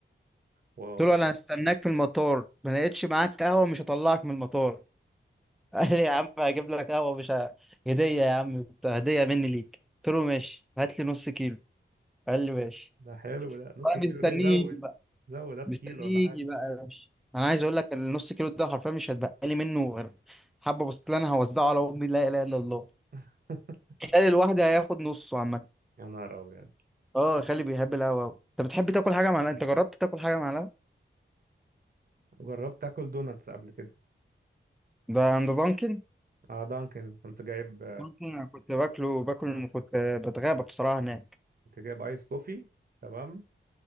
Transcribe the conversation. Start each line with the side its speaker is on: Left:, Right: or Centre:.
Right: واو
Centre: قلت له انا هستناك في المطار ما لقيتش معاك قهوه مش هطلعك من المطار <laughs> قال لي يا عم هجيب لك قهوه مش ه- هديه يا عم هديه مني ليك قلت له ماشي هات لي نص كيلو قال لي ماشي
Right: ده حلو ده نص
Centre: انا
Right: كيلو
Centre: مستنيه
Right: ليه زود
Centre: يجي بقى
Right: زود هات
Centre: مستنيه
Right: كيلو ولا حاجة
Centre: يجي بقى يا باشا انا عايز اقول لك النص كيلو ده حرفيا مش هتبقى لي منه غير حبه بسطلين هوزعه على امي لا اله الا الله
Right: <laughs>
Centre: خالي الواحد هياخد نصه عامه
Right: يا نهار أبيض
Centre: اه خالي بيحب القهوه أوي. انت بتحب تاكل حاجه مع القهوة؟ انت جربت تاكل حاجه مع القهوه
Right: جربت آكل دوناتس قبل كده
Centre: ده عند دانكن
Right: اه دانكن كنت جايب
Centre: دانكن انا كنت باكله باكل
Right: آه
Centre: كنت بتغابى بصراحه هناك
Right: كنت جايب آيس كوفي تمام